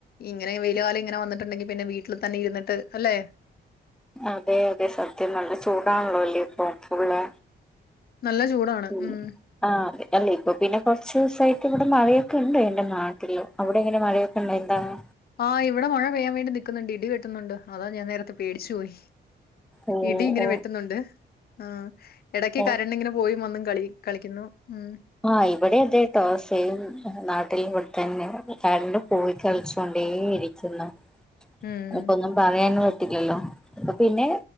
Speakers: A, on the left; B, in the centre.
A: ഇങ്ങനെ വെലിയ കാലം ഇങ്ങനെ വന്നിട്ടുണ്ടെങ്കി പിന്നെ വീട്ടിൽ തന്നെ ഇരിട്ട് അല്ലെ
B: അതെ അതെ സത്യം നല്ല ചൂടാണല്ലോല്ലേ ഇപ്പൊ ഫുള്ള
A: നല്ല ചൂടാണ്
B: ഉ
A: ഉം
B: ആ അത അല്ലേ ഇപ്പൊ പിന്നെ കൊറച്ച് ദിവസ ഇവിടെ മഴയൊക്കെ ഉണ്ട് എൻന്റെ നാട്ടില് അവിടെ എങ്ങനെ മഴയൊക്കെണ്ടണ്ട് എന്താാണ്
A: ആഹ് ഇവിടെ മഴ പെയ്യാൻ വേണ്ടി നിിക്കുന്നുണ്ട് ഇടി കെട്ടുന്നുണ്ട് അതാ ഞാൻ നേരത്തെ പേടിച്ചു പോോയി
B: ഓ
A: ഇടി ഇങ്ങനെ
B: ഓ
A: വെട്ടുന്നുണ്ട് ആ് ഇടക്ക്
B: ഓ
A: കരണ്ട് ഇങ്ങനെ പോയി വന്ന് കളി കളിക്കുന്നു ഉം
B: ആഹ് ഇവിടെ അതെട്ടോ സെയിം നാട് വട്ടിൽ ഇവിടെത്തന്നെ കാടിന്റെ പോയി കളിച്ച കൊണ്ടേേ ഇരിക്കുന്നു
A: ഉം
B: അനക്കൊന്നും പറയാൻ ോ അ പിന്നെ